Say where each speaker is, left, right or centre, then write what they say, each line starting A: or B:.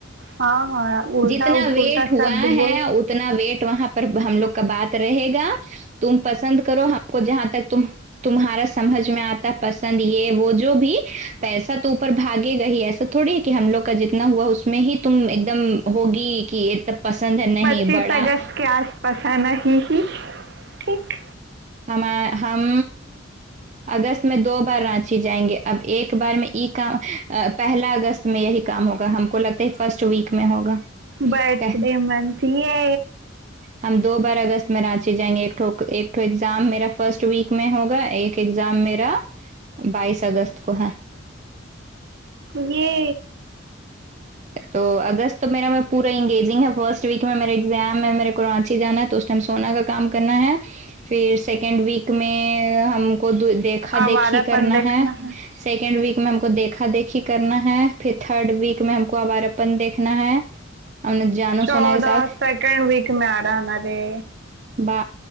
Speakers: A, on the right; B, on the right.
A: ہاں ہاں الٹا
B: جتنا ویٹ ہوا
A: سب ڈب
B: ہے اتنا ویٹ وہاں پر ہم لوگ کا بات رہے گا تم پسند کرو ہم کو جہاں تک تم تمہارا سمجھ میں آتا پسند یہ وہ جو بھی پیسہ تو اوپر بھاگے گا ہی ایسا تو تھوڑی کہ ہم لوگ کا جتنا ہوا اس میں ہی تم ایک دم ہوگی کہ یہ تب پسند ہے نہیں
A: پچیس
B: بڑا
A: اگست کے آس پاس آنا ہی ہی ٹھیک
B: ہمے ہم اگست میں دو بار رانچی جائیں گے اب ایک بار میں ای کا پہلا اگست میں یہی کام ہوگا ہم کو لگتا ہے ہی فرسٹ ویک میں ہوگا
A: برتھ
B: کہ
A: ڈے منتھ یے
B: ہم دو بار اگست میں رانچی جائیں گے ایک توہ ایک توہ ایگزام میرا فرسٹ ویک میں ہوگا ایک ایگزام میرا بائیس اگست کو ہے
A: یئے
B: تو اگست تو میرا میں پورا انگیجنگ ہے فرسٹ ویک میں میرے ایگزام ہے میرے کو رانچی جانا ہے تو سونا کا کام کرنا ہے پھر سیکنڈ ویک میں ہم کو دو دیکھ دیکھا
A: آوارہ
B: دیکھی
A: پن
B: کرنا
A: دیکھنا
B: ہے سیکنڈ ویک میں ہم کو دیکھا دیکھی کرنا ہے پھر تھرڈ ویک میں ہم کو کو آوارا پن دیکھنا ہے نے جانو
A: چودہ
B: سونا کے ساتھ
A: سیکنڈ ویک میں آ رہا ہے نا رے
B: با